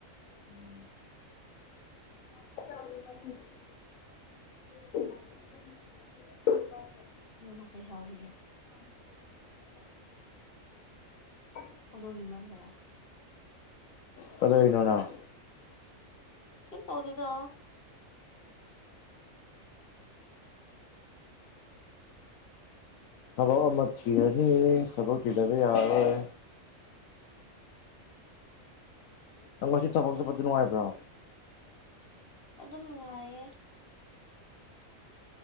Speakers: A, on the left; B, on the left.
A: ꯎꯝ <unintelligible>
B: ꯅꯣꯏꯃ ꯀꯩ ꯁꯥꯎꯔꯤꯌꯦ
A: <unintelligible>
B: ꯍꯧꯗꯣꯡꯒꯤ ꯃꯔꯝꯗꯔ
A: ꯀꯗꯧꯅꯣ ꯅꯪ
B: ꯀꯩꯝ ꯇꯧꯗꯦꯗ
A: ꯊꯕꯛ ꯑꯃ ꯊꯤꯔꯅꯤ ꯊꯕꯛ ꯊꯤꯗꯕ ꯌꯥꯔꯔꯣꯏ ꯅꯪ ꯉꯁꯤ ꯊꯕꯛ
B: ꯎꯝ
A: ꯆꯠꯄꯗꯤ ꯅꯨꯉꯥꯏꯕ꯭ꯔꯣ
B: ꯑꯗꯨꯝ ꯅꯨꯉꯥꯏꯌꯦ